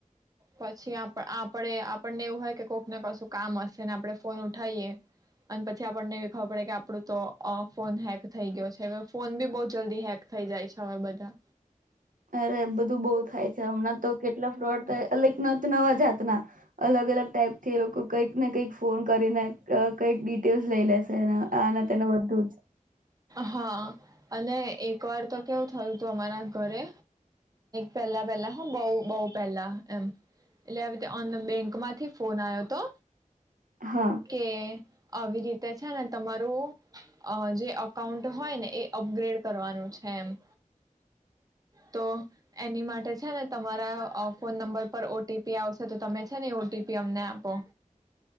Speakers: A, on the right; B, on the right.
A: પછી આપ આપણે આપણને એવું હોય કે કોઈકને કશું કામ હશેને આપણે ફોન ઉઠાઈએ અને પછી આપણને એવી ખબર પડે કે આપડું તો ફોન હેક થઈ ગયો છે ફોન બી બવ જલ્દી હેક થઈ જાય છે હવે બધા.
B: અરે બધું બઉ થાય છે હમણાં તો કેટલા ફ્રોડ થાય અલ નત નવા જાતના અલગ અલગ ટાઈપ થી એ લોકો કંઈક ને કંઈક ફોન કરીને કંઈક ડિટેલ્સ લઈ લે. એને આને તેનું બધું જ.
A: હા. હા અને એક વાર તો કેવું થયું હતું અમારા ઘરે પહેલા પહેલા હ બવ બવ પહેલા એમ એટલે આવી રીતે બેંક માંથી ફોન આવ્યો હતો.
B: હા
A: કે. આવી રીત તે છેને તમારું અ જે અકાઉન્ટ હોય ને એ અપગ્રેડ કરવાનું છે એમ. તો એની માટે છે ને તમારા અ ફોન નંબર પર ઓટીપી આવશે તો તમે છે ને એ ઓટીપી અમને આપો.